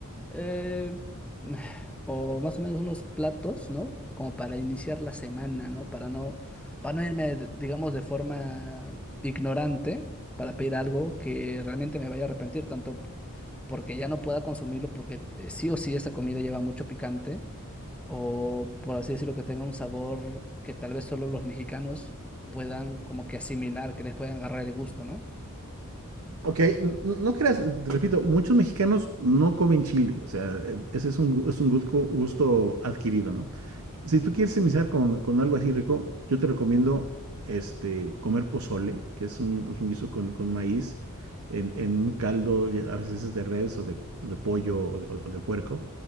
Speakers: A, in the centre; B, on the right.
A: eh, <sighs> o más o menos unos platos, ¿no? Como para iniciar la semana, ¿no? Para no, para no irme, d- digamos, de forma ignorante, para pedir algo que realmente me vaya a arrepentir, tanto porque ya no pueda consumirlo, porque eh, sí o sí esa comida lleva mucho picante, o por así decirlo, que tenga un sabor que tal vez solo los mexicanos puedan como que asimilar, que les puedan agarrar el gusto, ¿no?
B: Ok, n- no, no creas, te repito, muchos mexicanos no comen chile, o sea, eh, ese es un, gu- es un gusto, gusto adquirido, ¿no? Si tú quieres iniciar con, con algo así rico, yo te recomiendo este, comer pozole, que es un, es un guiso con, con maíz, en, en un caldo, y a veces es de res o de, de pollo o de, o de puerco,